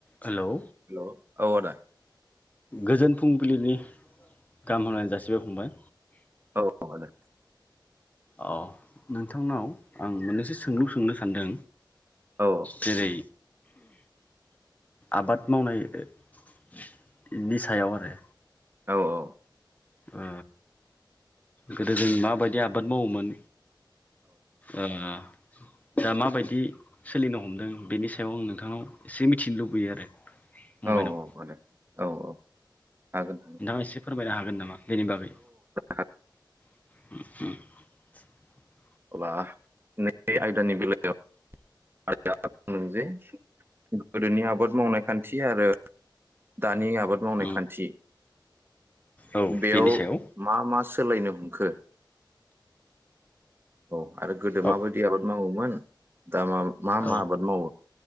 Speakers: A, on the left; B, on the right.
A: Hello
B: hello औ आदा
A: गोजोन फुंबिलिनि गाहाम हमलायनाय जासिबाय फंबाय
B: औ औ आदा
A: अ नोंथांनाव आं मोननैसो सोंलु सोंनो सानदों
B: औ
A: जेरै आबाद मावनायनि सायाव आरो
B: औ औ
A: ओ गोदो जों माबायदि आबाद मावोमोन ओं आ दा माबायदि सोलिनो हमदों बेनि सायाव आं नोंथांनाव एसे मिथिनो लुबैयो आरो फंबायनाव
B: औ औ माने औ औ हागोन
A: नोंथाङा एसे फोरमायनो हागोन नामा? बेनि बागै
B: हा
A: <unintelligible>
B: अबा न बे आयदानि बेलायाव बुंदों जे गोदोनि आबाद मावनाय खान्थि आरो दानि आबाद मावनाय
A: उम
B: खान्थि
A: औ
B: बेयाव
A: बेनि सायाव
B: मा मा सो सोलायनोहमखो औ आरो गोदो
A: औ
B: माबायदि आबाद मावोमोन? थामाम मा मा
A: औ
B: बाद मावो?